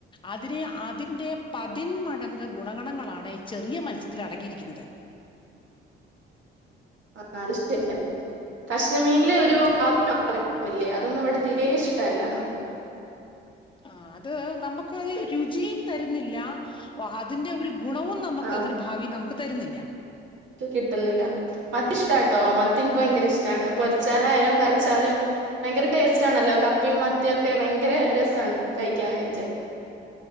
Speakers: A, on the left; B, on the right.
A: അതിന് അതിന്റെ പതിന്മ മടങ്ങ് ഗുണഗണങ്ങളാണ് ചെറിയ മത്സ്യത്തിൽ അടങ്ങിയിരിക്കുന്നത്
B: ആ ത കഷ്ണമീനില് ഒരു ആണ്ട അതൊന്നും ഇവിടെ തീരെ ഇഷ്ടല്ല
A: ആ അത് നമക്ക് ഒരു രുചിയും തരുന്നില്ല അതിന്റെ ഒരു ഗുണവും നമുക്ക്തിന്
B: ആ
A: ഭാവി നമുക്ക് തരുന്നില്ല
B: കിട്ടുന്നില്ല മത്തി ഇഷ്ടാട്ടോ മത്തി എനിക്ക് ഭയങ്കര ഇഷ്ടമാണ് പൊരിച്ചാലായാലും കരച്ചാലും ഭയങ്കര ടേസ്റ്റ് ആണല്ലോ കപ്പിയും മത്തി ഒക്കെ ഭയങ്കര രസമാണ് കഴിക്കാനായിട്ട്